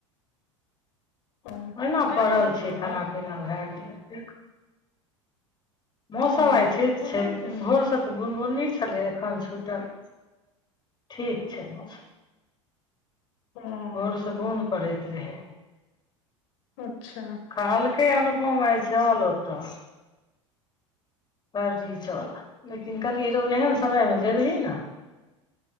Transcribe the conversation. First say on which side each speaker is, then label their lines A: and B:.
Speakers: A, on the left; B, on the left.
A: ओ
B: ओहिना
A: केहन
B: पड़ल
A: मौसम छौ
B: छीयै
A: उम्हर
B: खाना पीना भए गेलै एक मौसम
A: ओ
B: आइ ठीक
A: मौसम
B: छै भोरसँ
A: के
B: तऽ बुनगुनी छलै एखन छूटल ठीक छै मौसम
A: ओ
B: भोरसँ बुन्द पड़ैत रहै।
A: अच्छा
B: कहलकै अनुपम आय चल ओतऽ। पर्री चल लेकिन कहलियै रौ एहन समयमे जेबही न